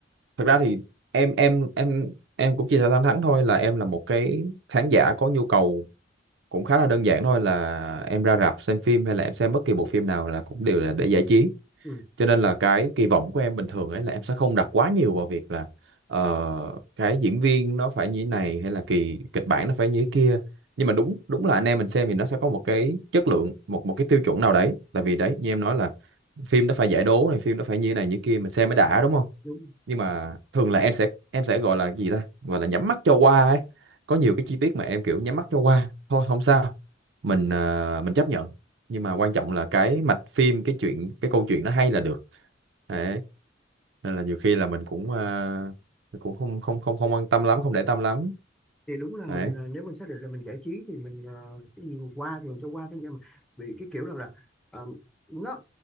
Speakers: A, on the right; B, in the centre.
A: thực ra thì em em em em cũng chia sẻ thẳng thắn thôi là em là một cái khán giả có nhu cầu cũng khá là đơn giản thôi là em ra rạp xem phim hay là em xem bất kỳ bộ phim nào là cũng đều là để giải trí
B: ừ,
A: cho nên là cái kỳ vọng của em bình thường ấy là em sẽ không đặt quá nhiều vào việc là ờ, cái diễn viên nó phải như thế này hay là kỳ kịch bản nó phải như thế kia nhưng mà đúng đúng là anh em mình xem thì nó sẽ có một cái chất lượng một một cái tiêu chuẩn nào đấy tại
B: đúng,
A: vì đấy như em nói là phim nó phải giải đố này phim nó phải như thế này như thế kia mình xem mới đã đúng không
B: đúng.
A: nhưng mà thường là em sẽ em sẽ gọi là gì ta gọi là nhắm mắt cho qua ấy có
B: Ừ.
A: nhiều cái chi tiết mà em kiểu nhắm mắt cho qua thôi không sao mình ờ, mình chấp nhận nhưng mà quan trọng là cái mạch phim cái chuyện cái câu chuyện nó hay là được đấy nên là nhiều khi là mình cũng ờ, mình cũng không không không không quan tâm lắm không để tâm lắm
B: thì đúng là mình
A: đấy
B: ờ, nếu mình xác định là mình giải trí thì mình ờ, cái gì mà qua thì mình cho qua thôi nhưng mà bị cái kiểu rằng là ờ, nó